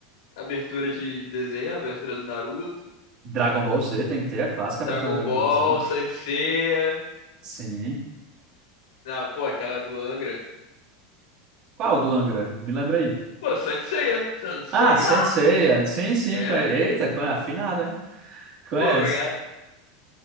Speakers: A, on the left; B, on the right.
A: Abertura de, de desenho, abertura do Naruto,
B: Dragon Ball Z, tem que ter a clássica abertura
A: Dragon
B: do Dragon
A: Ball,
B: Ball Z.
A: Saint Seiya.
B: Sim.
A: Não, pô, aquela do Angra.
B: Qual do Angra? Me lembra aí.
A: Pô, Sanseia, Sanseia.
B: Ah, Sensei. Sim, sim.
A: É?
B: Conhe... Eita, conhe... afinado, hein? Conhece.
A: Pô, obrigado.